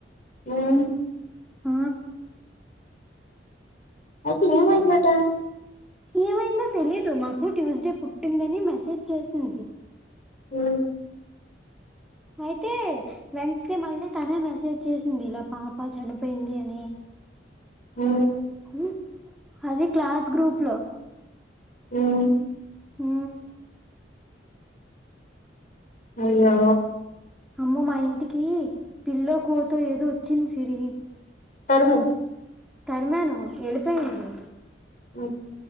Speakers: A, on the left; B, in the centre.
A: మ్
B: ఆ
A: అడి ఏమైందట
B: ఏమైందో తెలిదు మాకు ట్యూస్డే పుట్టిందని మెసేజ్ చేసింది
A: ఉ
B: అయితే వెన్స్డే మళ్ళీ తనే మెసేజ్ చేసింది ఇలా పాప చనిపోయింది అని
A: ఉమ్,
B: ఉ అది క్లాస్ గ్రూప్ లో
A: మ్
B: మ్
A: అయ్యో
B: అమ్మ మా ఇంటికి పిల్లో కోతో ఏదో వచ్చింది సిరి
A: తరుము
B: తర్మాను వెళ్ళిపోయింది
A: ఉ